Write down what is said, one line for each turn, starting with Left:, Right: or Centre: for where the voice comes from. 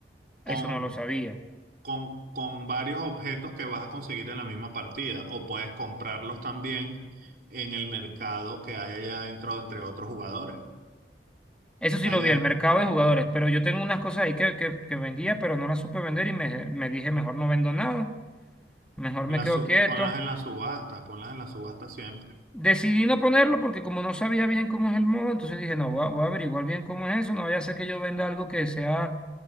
Right: Con
Centre: Eso no lo sabía.
Right: con, con varios objetos que vas a conseguir en la misma partida o puedes comprarlos también en el mercado que hay allá adentro entre otros jugadores.
Centre: Eso sí
Right: Allá
Centre: lo vi, el mercado de jugadores, pero yo tengo unas cosas ahí que, que, que vendía, pero no las supe vender y me, me dije, mejor no vendo nada, mejor
Right: en
Centre: me
Right: la
Centre: quedo
Right: su-
Centre: quieto.
Right: ponlas en la subasta, ponlas en la subasta siempre.
Centre: Decidí no ponerlo porque como no sabía bien cómo es el modo, entonces dije, no, voy a, voy a averiguar bien cómo es eso, no vaya a ser que yo venda algo que sea